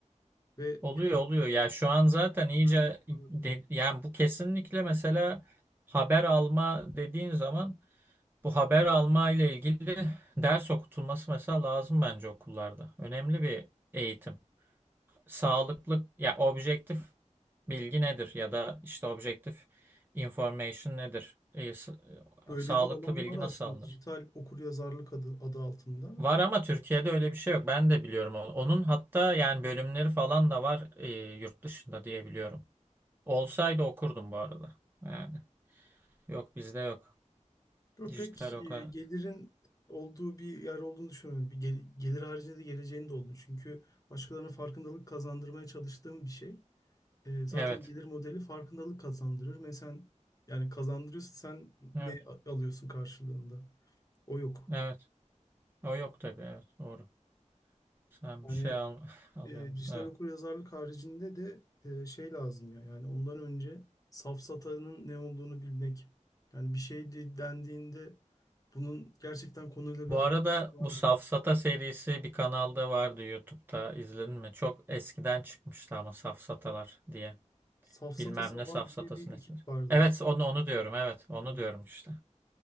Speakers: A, on the left; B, on the right.
A: Ve
B: Oluyor
A: yani
B: oluyor
A: bu bizzat
B: ya şu an zaten iyice
A: filmlerde de kullanıldı.
B: de- yani bu kesinlikle mesela haber alma dediğin zaman bu haber alma ile ilgili ders okutulması mesela lazım bence okullarda. Önemli bir eğitim. Sağlıklı ya objektif bilgi nedir ya da işte objektif information nedir? E, s-
A: Böyle
B: sağlıklı
A: bir alan
B: bilgi
A: var
B: nasıl
A: aslında
B: alınır?
A: dijital okuryazarlık adı, adı altında.
B: Var ama Türkiye'de öyle bir şey yok. Ben de biliyorum onu. Onun hatta yani bölümleri falan da var e, yurt dışında diye biliyorum. Olsaydı okurdum bu arada. Yani yok bizde yok.
A: Yo,
B: Dijital
A: Pek
B: o
A: e,
B: kadar.
A: gelirin olduğu bir yer olduğunu düşünmüyorum. Bir gel- gelir haricinde de geleceğini de olduğunu. Çünkü başkalarına farkındalık kazandırmaya çalıştığım bir şey. E, zaten
B: Evet.
A: gelir modeli farkındalık kazandırır. Mesela yani kazandırıyorsa sen
B: Evet.
A: ne a- alıyorsun karşılığında? O yok.
B: Evet. O yok tabii. Evet. Doğru. Sen bir
A: Yani
B: şey al <laughs> alıyor
A: e,
B: musun?
A: dijital
B: Evet.
A: okuryazarlık haricinde de e, şey lazım ya. Yani ondan önce safsatanın ne olduğunu bilmek. Yani bir şey de- dendiğinde bunun gerçekten konuyla bir
B: Bu
A: alakası
B: arada
A: var.
B: bu Safsata serisi bir kanalda vardı YouTube'da. İzledin mi? Çok eskiden çıkmıştı ama Safsatalar diye.
A: Safsata
B: Bilmem
A: Savar
B: ne Safsatası
A: diye bir
B: nesi.
A: ekip vardı.
B: Evet onu onu diyorum. Evet onu
A: Hı.
B: diyorum işte.